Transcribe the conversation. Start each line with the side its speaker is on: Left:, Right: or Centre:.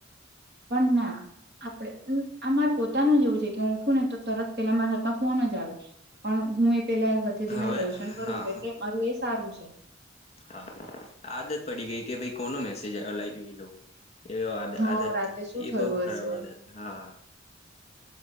Right: પણ ના આપડે આ મારે પોતાનું જેવું છે, કે હું ઉઠું ને તો તરત પેલા મારા હાથમાં ફોન જ આવે પણ હું પેલા હથેલી
Left: હવે
Right: ના દર્શન કરું
Left: હા
Right: છું, એટલે મારું એ સારું છે.
Left: હા આદત પડી ગઈ કે ભાઈ કોનો મેસેજ અલાઈ જોઈ લઉ એવી
Right: હા
Left: આદત
Right: રાતે શું
Left: એ
Right: થયું
Left: બહુ ખરાબ
Right: હશે
Left: આદત હા